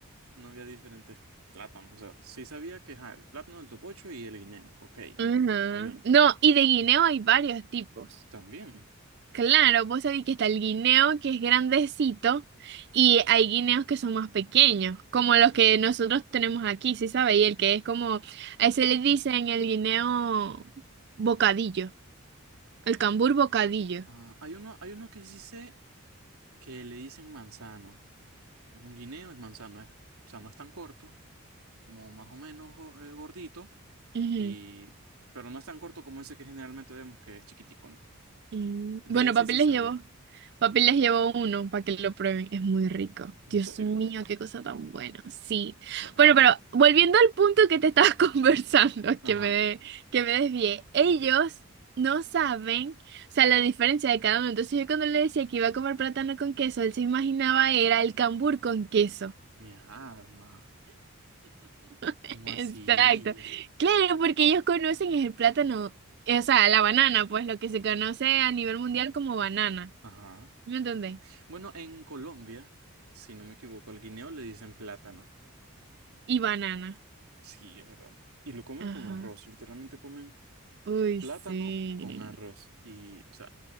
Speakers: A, on the right; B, on the right.
A: no había diferentes plátanos. O sea, sí sabía que ajá, el plátano, el topocho y el guineo. Ok,
B: Ajá.
A: está bien.
B: No, y de guineo hay varios tipos.
A: También.
B: Claro, vos sabés que está el guineo que es grandecito y hay guineos que son más pequeños, como
A: Sí.
B: los que nosotros tenemos aquí, ¿sí sabe? Y el que es como, a ese le dicen el guineo bocadillo, el cambur bocadillo.
A: ah, hay uno, hay uno que sí sé que le dicen manzano. que Es un guineo, es manzano. es- o sea, no es tan corto, como más o menos go- eh, gordito,
B: Ujú,
A: y, pero no es tan corto como ese que generalmente vemos que es chiquitico, ¿no?
B: mm.
A: De
B: Bueno,
A: ese
B: papi
A: sí
B: les
A: sabía.
B: llevo. Papi les llevo uno para que lo prueben. Es muy rico.
A: ¿En
B: Dios
A: serio?
B: mío, qué cosa tan buena. Sí.
A: Bueno,
B: Bueno, pero volviendo al punto que te estabas <laughs> conversando,
A: ajá,
B: que me, de- que me desvié. Ellos
A: ok.
B: no saben, o sea, la diferencia de cada uno. Entonces yo cuando le decía que iba a comer plátano con queso, él se imaginaba era el cambur con queso.
A: Mi arma.
B: <laughs>
A: ¿Cómo
B: Exacto.
A: así?
B: Claro, porque ellos conocen es el plátano, eh, o sea, la banana, pues lo que se conoce a nivel mundial como banana.
A: Ajá.
B: ¿Me entendés?
A: Bueno, en Colombia, si no me equivoco, al guineo le dicen plátano.
B: Y banana.
A: Sí, es verdad. Y lo comen
B: Ajá.
A: con arroz, literalmente comen
B: Uy,
A: plátano
B: sí.
A: con arroz. Y, o sea,